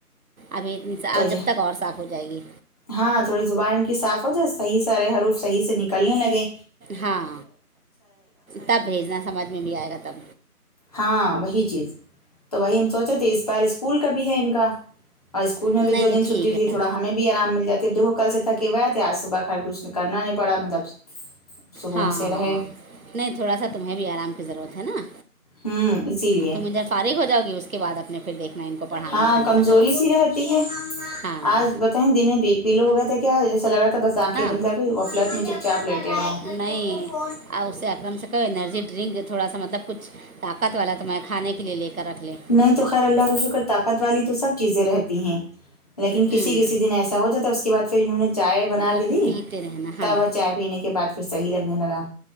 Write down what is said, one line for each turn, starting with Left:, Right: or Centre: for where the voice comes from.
Right: ابھی صاف
Left: تو
Right: جب
Left: جو
Right: تک اور صاف ہو جائے گی
Left: ہاں تھوڑی زبان ان کی صاف ہو جائے صحیح سارے حروف صحیح سے نکلنے لگے
Right: ہاں تب بھیجنا سمجھ میں بھی آئے گا تب
Left: ہاں وہی چیز تو وہی ہم سوچ رہے تھے اس بار اسکول کا بھی ہے ان کا اور اسکول میں
Right: نہیں
Left: بھی دو
Right: نہیں
Left: دن چھٹی
Right: ٹھیک ہے
Left: رہی تھوڑا ہمیں بھی آرام مل جاتا ہے اب وہ کل سے تھکے ہوئے تھے آج صبح کا ہر کچھ کرنا نہیں پڑا مطلب سکون
Right: ہاں
Left: سے رہے
Right: ہاں نہیں تھوڑا سا تمہیں بھی آرام کی ضرورت ہے نا
Left: ہوں اسی لیے
Right: تم ادھر فارغ ہو جاؤ گی اس کے بعد اپنے پھر دیکھنا ان کو پڑھانا
Left: ہاں
Right: لکھانے
Left: کمزوری
Right: والا
Left: سی رہتی
Right: ہاں
Left: آج بتائیں دن میں بی پی لو ہو گیا تھا کیا جیسا لگ رہا تھا بس آنکھیں
Right: ہاں
Left: بند کر میں چپ چاپ لیتے رہو
Right: نہیں اور اسے اکرم سے کہو انرجی ڈرنک تھوڑا سا مطلب کچھ طاقت والا تو میں کھانے کے لیے لے کر رکھ لیں
Left: نہیں تو خیر اللہ کے فکر طاقت والی تو سب چیزیں رہتی ہیں لیکن
Right: ہوں
Left: کسی کسی دن ایسا ہو جاتا اس کے بعد پھر انہوں نے چائے بنا
Right: وہ
Left: کے دی
Right: پیتے رہنا ہاں
Left: تب چائے پینے کے بعد پھر صحیح لگنے لگا